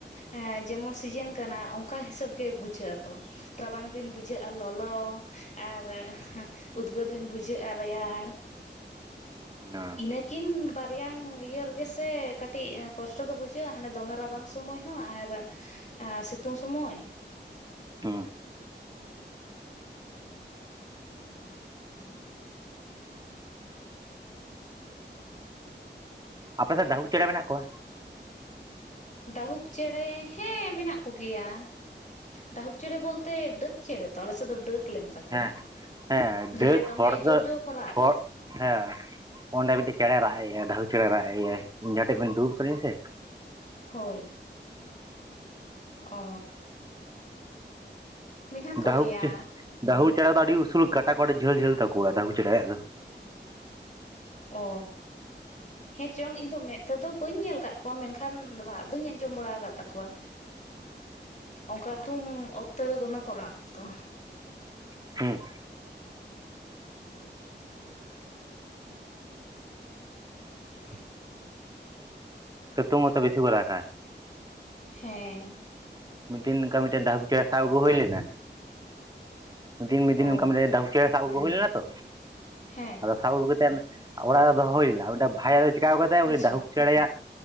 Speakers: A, on the left; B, on the right.
A: ᱮ ᱡᱮᱢᱚᱱ ᱥᱤᱡᱮᱱ ᱠᱟᱱᱟ ᱚᱱᱠᱟ ᱦᱤᱥᱟᱹᱵ ᱜᱮ ᱵᱩᱡᱷᱟᱹᱜᱼᱟ ᱛᱚ᱾ ᱨᱟᱵᱟᱝ ᱫᱤᱱ ᱵᱩᱡᱷᱟᱹᱜᱼᱟ ᱞᱚᱞᱚ ᱟᱨ, ᱩᱫᱽᱜᱟᱹᱨ ᱫᱤᱱ ᱵᱩᱡᱷᱟᱹᱜᱼᱟ ᱨᱮᱭᱟᱲ
B: ᱦᱩᱸ
A: ᱤᱱᱟᱹ ᱠᱤᱱ ᱵᱟᱨᱭᱟᱝ ᱤᱭᱟᱹ ᱨᱮᱜᱮ ᱥᱮ ᱠᱟᱹᱴᱤᱡ ᱠᱚᱥᱴᱚ ᱫᱚ ᱵᱩᱡᱷᱟᱹᱜᱼᱟ ᱦᱟᱱᱮ ᱫᱚᱢᱮ ᱨᱟᱵᱟᱝ ᱥᱚᱢᱚᱭ ᱦᱚᱸ ᱟᱨ ᱟᱻᱻ ᱥᱤᱛᱩᱝ ᱥᱚᱢᱚᱭ,
B: ᱦᱩᱸ,
A: <inaudible>
B: ᱟᱯᱮ ᱥᱮᱫ ᱰᱟᱸᱦᱩ ᱪᱮᱸᱬᱮ ᱢᱮᱱᱟᱜ ᱠᱚᱣᱟ?
A: ᱰᱟᱹᱦᱩᱠ ᱪᱮᱬᱮ ᱦᱮᱸ ᱢᱮᱱᱟᱜ ᱠᱚᱜᱮᱭᱟ ᱾ ᱰᱟᱹᱦᱩᱠ ᱪᱮᱸᱬᱮ ᱵᱚᱞᱛᱮ ᱰᱟᱹᱠ ᱪᱮᱸᱬᱮ ᱛᱚ ᱟᱞᱮᱥᱮᱫ ᱫᱚ ᱰᱟᱹᱠ ᱛᱤ ᱞᱮᱱ ᱛᱟᱠᱚᱣᱟ,
B: ᱦᱮᱸ ᱦᱮᱸ
A: ᱡᱟᱦᱟᱸᱭ
B: ᱰᱟᱹᱠ
A: ᱫᱚᱢᱮ
B: ᱦᱚᱲ ᱫᱚ
A: ᱡᱳᱨ ᱡᱳᱨ ᱠᱚ ᱨᱟᱜᱽ
B: ᱦᱚᱲ
A: ᱾
B: ᱦᱮᱸ ᱚᱸᱰᱮ ᱢᱤᱫᱴᱮᱡ ᱪᱮᱬᱮᱭ ᱨᱟᱜ ᱮᱟᱭ ᱫᱟᱹᱦᱩ ᱪᱮᱬᱮᱭ ᱨᱟᱜ ᱮᱟᱭ ᱤᱧ ᱡᱟᱦᱟᱸ ᱴᱷᱮᱱ ᱵᱮᱱ ᱫᱩᱲᱩᱵ ᱠᱟᱹᱫᱤᱧ ᱥᱮ
A: ᱦᱳᱭ ᱚ ᱢᱮᱱᱟᱜ ᱠᱚᱜᱮᱭᱟ
B: ᱫᱟᱹᱦᱩᱠ ᱫᱟᱹᱦᱩᱠ ᱪᱮᱬᱮ ᱫᱚ ᱟᱹᱰᱤ ᱩᱥᱩᱞ ᱠᱟᱴᱟ ᱠᱚᱣᱟ ᱟᱹᱰᱤ ᱡᱷᱟᱹᱞ ᱡᱷᱟᱹᱞ ᱛᱟᱠᱚᱣᱟ ᱵᱩᱡ ᱠᱮᱫᱟᱢ
A: ᱚ ᱦᱮᱸ ᱪᱚᱝ ᱤᱧ ᱫᱚ ᱢᱮᱸᱫ ᱛᱮᱫᱚ ᱵᱟᱹᱧ ᱧᱮᱞ ᱟᱠᱟᱫ ᱠᱚᱣᱟ ᱢᱮᱱᱠᱷᱟᱱ ᱨᱟᱜ ᱫᱩᱧ ᱟᱸᱡᱚᱢ ᱵᱟᱲᱟ ᱟᱠᱟᱫ ᱛᱟᱠᱚᱣᱟ᱾ ᱚᱱᱠᱟ ᱛᱝ ᱚᱠᱛᱮ ᱫᱚ ᱫᱚᱢᱮ ᱠᱚ ᱨᱟᱜ ᱠᱚᱛᱚ
B: <unintelligible>
A: ᱟ <inaudible> <inaudible>
B: ᱥᱤᱛᱩᱝ ᱦᱟᱛᱚ ᱵᱮᱥᱤ ᱠᱚ ᱭᱟ᱾
A: ᱦᱮᱸᱻ
B: ᱢᱤᱫ ᱫᱤᱱ ᱚᱱᱠᱟ ᱢᱤᱫᱴᱮᱱ ᱰᱟᱹᱦᱩ ᱪᱮᱬᱮ ᱥᱟᱵ ᱟᱹᱜᱩ
A: ᱛᱟᱦᱚᱞᱮ
B: ᱦᱩᱭ ᱞᱮᱱᱟ ᱢᱤᱫ ᱫᱤᱱ ᱢᱤᱫ ᱫᱤᱱ
A: ᱚ
B: ᱚᱱᱠᱟ ᱢᱤᱫᱴᱮᱱ ᱰᱟᱹᱦᱩ ᱪᱮᱬᱮ ᱥᱟᱵ ᱟᱜᱩ ᱦᱩᱭ ᱞᱮᱱᱟ ᱛᱚ,
A: ᱦᱮᱸ,
B: ᱟᱫᱚ ᱥᱟᱵ ᱟᱹᱜᱩ ᱠᱟᱛᱮᱫ ᱚᱲᱟᱜ ᱨᱮ ᱫᱚᱦᱚ ᱦᱩᱭᱱᱟ ᱢᱤᱫᱴᱟᱝ ᱵᱷᱟᱭᱟ ᱫᱚ ᱪᱮᱠᱟᱣ ᱠᱟᱫᱟᱭ ᱩᱱᱤ
A: ᱟᱪᱪᱷᱟ
B: ᱰᱟᱹᱦᱩᱠ ᱪᱮᱬᱮᱭᱟᱜ